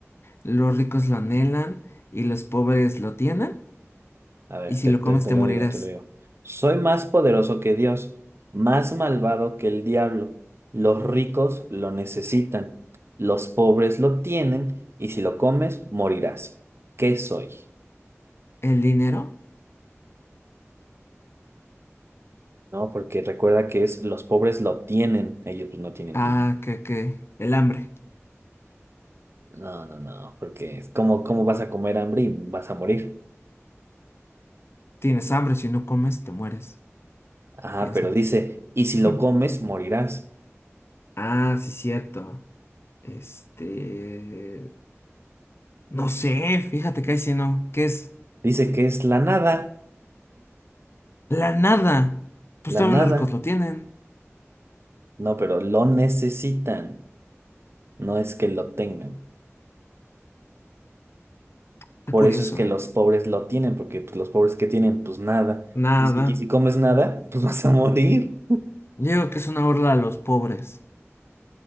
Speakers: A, on the left; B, on the right.
A: Los ricos lo anhelan y los pobres lo tienen.
B: A ver,
A: Y si
B: te,
A: lo
B: te-
A: comes
B: te
A: te
B: lo
A: morirás.
B: digo, te lo digo. Soy más poderoso que Dios, más malvado que el diablo. Los ricos lo necesitan, los pobres lo tienen y si lo comes, morirás. ¿Qué soy?
A: ¿El dinero?
B: ¿No? Porque recuerda que es los pobres lo tienen, ellos pues no tienen
A: Ah,
B: dinero.
A: que, que. El hambre.
B: No, no, no, porque es como, ¿cómo vas a comer hambre y vas a morir?
A: Tienes hambre, si no comes te mueres.
B: Ajá,
A: Piensa.
B: pero dice, y si
A: <laughs>
B: lo comes, morirás.
A: Ah, sí, cierto. Este... No sé, fíjate que ahí sí no. ¿Qué es?
B: Dice que es la nada.
A: La nada. Pues
B: La
A: también
B: nada.
A: los ricos lo tienen.
B: No, pero lo necesitan. No es que lo tengan.
A: Está
B: Por
A: curioso,
B: eso es que
A: ¿eh?
B: los pobres lo tienen, porque pues, los pobres que tienen, pues nada.
A: Nada.
B: Y si, y si comes nada, pues <laughs> vas a morir.
A: Yo digo que es una burla a los pobres.